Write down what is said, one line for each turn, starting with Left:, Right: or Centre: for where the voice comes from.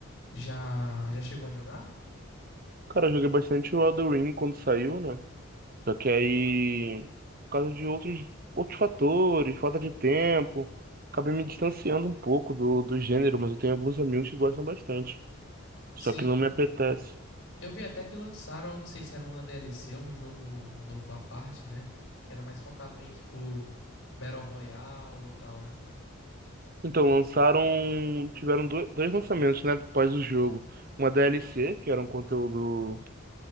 Left: já já chegou a jogar?
Right: Cara, eu joguei bastante o Elden Ring quando saiu, né? Só que aí, por causa de outros, outros fatores, falta de tempo, acabei me distanciando um pouco do, do gênero, mas eu tenho alguns amigos que gostam bastante. Só
Left: Sim,
Right: que não me apetece.
Left: Eu vi até que lançaram, eu não sei se era uma DLC, um jogo novo à parte, né? Que era mais focado em, tipo, Battle Royale e tal, né?
Right: Então, lançaram. Tiveram do- dois lançamentos, né? Após o jogo. Uma DLC, que era um conteúdo